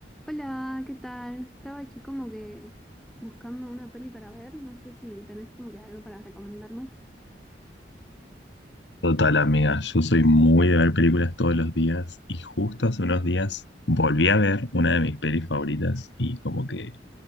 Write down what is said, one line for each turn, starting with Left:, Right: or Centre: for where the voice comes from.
Centre: Hola, ¿qué tal? Estaba aquí como que buscando una peli para ver. No sé si tenés como que algo para recomendarme.
Left: Total, amiga, yo soy muy de ver películas todos los días y justo hace unos días volví a ver una de mis pelis favoritas y como que